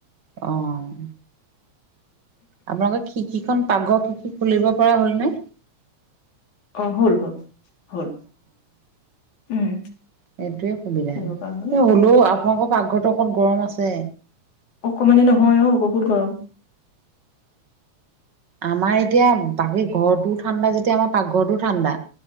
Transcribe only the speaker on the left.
অ' হ'ল হ'ল হ'ল। উম
কৰিব
পৰা হ'ল
অকমানে নহয় অ' বহুত গৰম